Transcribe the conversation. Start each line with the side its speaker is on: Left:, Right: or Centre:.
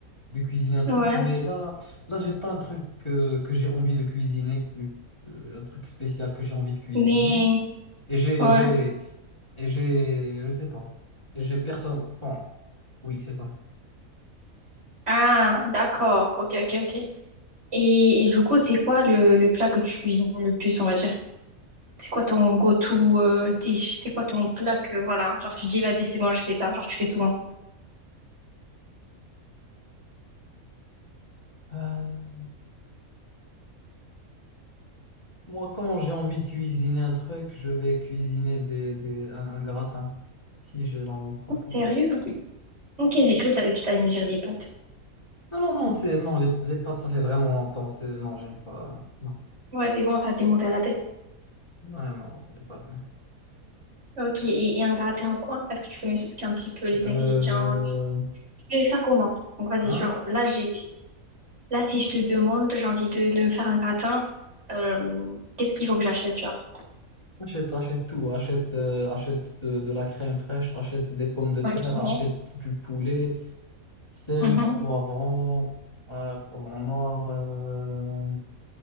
Left: de cuisiner un truc.
Right: Ouais.
Left: Mais là, là, j'ai pas un truc que que j'ai envie de cuisiner, euh, un truc spécial que j'ai envie de cuisiner.
Right: Mais,
Left: Et j'ai,
Right: ouais.
Left: j'ai, et j'ai, je sais pas. Et j'ai personne. Bon, oui, c'est ça.
Right: Ah, d'accord. Ok, ok, ok. Et, et du coup, c'est quoi le, le plat que tu cuisines le plus, on va dire? C'est quoi ton go-to euh, dish? C'est quoi ton plat que, voilà, genre, tu te dis, vas-y, c'est bon, je fais ça. Genre, tu fais souvent.
Left: Euh, moi, quand j'ai envie de cuisiner un truc, je vais cuisiner des, des, un, un gratin. Si j'ai l'envie, par exemple.
Right: Sérieux? Ok, j'ai cru que t'a- que t'allais me dire des pâtes.
Left: Non, non, non, c'est, non, les, les pâtes, ça fait vraiment longtemps. C'est, non, j'aime pas. Non,
Right: Ouais, c'est bon, ça t'est monté à la tête.
Left: Ouais, non, non, les pâtes. non.
Right: Ok, et, et un gratin au coin? Est-ce que tu peux m'expliquer un petit peu les
Left: Euh,
Right: ingrédients? Tu fais ça comment? Donc vas-y,
Left: hein?
Right: genre là j'ai là si je te demande, j'ai envie de, de me faire un gratin, euh, qu'est-ce qu'il faut que j'achète, genre?
Left: Achète, achète tout. Achète, euh, achète de, de la crème fraîche, achète des pommes de
Right: Ok.
Left: terre, achète du poulet, Sel,
Right: Mhm.
Left: poivron, euh, poivron noir, euh,